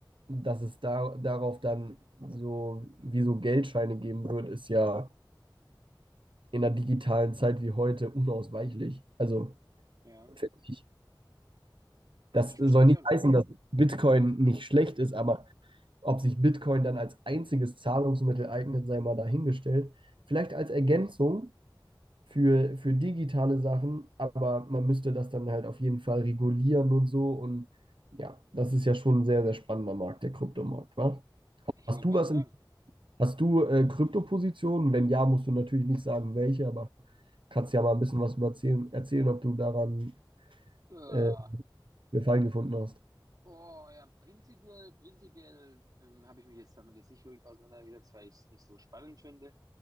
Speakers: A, on the right; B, on the right.
A: dass es da, darauf dann so wie so Geldscheine geben wird, ist ja in einer digitalen Zeit wie heute unausweichlich. Also
B: ja.
A: finde ich. Das
B: Ich verstehe
A: soll nicht
B: schon.
A: heißen, dass Bitcoin nicht schlecht ist, aber ob sich Bitcoin dann als einziges Zahlungsmittel eignet, sei mal dahingestellt. Vielleicht als Ergänzung für, für digitale Sachen, aber man müsste das dann halt auf jeden Fall regulieren und so. Und ja, das ist ja schon ein sehr, sehr spannender Markt, der Kryptomarkt, wa?
B: Ich
A: Hast
B: wollte
A: du
B: gerade
A: was
B: sagen.
A: in, hast du äh, Kryptopositionen? Wenn ja, musst du natürlich nicht sagen, welche, aber kannst ja mal ein bisschen was über erzählen, erzählen, ob du daran
B: Ja.
A: äh, Gefallen gefunden hast.
B: Oh, ja, prinzipiell, prinzipiell ähm, habe ich mich jetzt damit jetzt nicht wirklich auseinandergesetzt, weil ich es nicht so spannend finde.